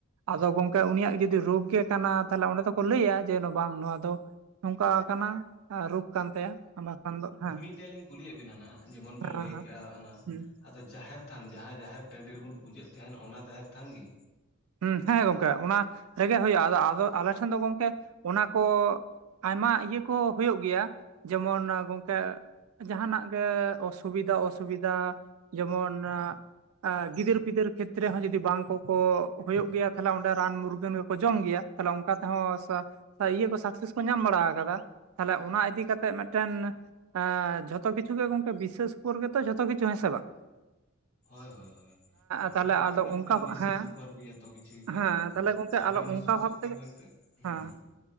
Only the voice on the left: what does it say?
ᱴᱟᱹᱜ ᱞᱤᱧ ᱠᱩᱞᱤᱭᱮᱜ ᱵᱤᱱᱟ ᱱᱷᱟᱸᱜ ᱡᱮᱢᱚᱱ ᱵᱮᱱ
ᱞᱟᱹᱭ
ᱠᱮᱜᱼᱟ ᱟᱱᱟ
ᱟᱫᱚ ᱡᱟᱦᱮᱨ ᱛᱷᱟᱱ ᱡᱟᱦᱟᱸ ᱡᱟᱦᱮᱨ ᱴᱟᱺᱰᱤ ᱨᱮᱵᱚᱱ ᱯᱩᱡᱟᱹᱜ ᱛᱟᱦᱮᱸᱱ ᱚᱱᱟ ᱡᱟᱦᱮᱨ ᱛᱷᱟᱱ ᱜᱮ?
ᱦᱳᱭ ᱦᱳᱭ ᱦᱳᱭ, ᱚᱱᱟ
ᱢᱟ ᱠᱟᱱ
ᱜᱮ ᱠᱤᱱ
ᱮᱠᱮᱱ ᱵᱤᱥᱥᱟᱹᱥ
ᱩᱯᱚᱨ ᱜᱮ ᱡᱚᱛᱚ ᱠᱤᱪᱷᱩ ᱦᱩᱭᱩᱜ ᱠᱟᱱᱟ
ᱮᱱᱛᱮᱱ,
ᱵᱟᱵᱮᱱ
ᱵᱤᱥᱣᱟᱹᱥᱚᱜ
ᱠᱷᱟᱜ
ᱫᱚ ᱮᱱᱛᱮᱜ, ᱦᱩᱸ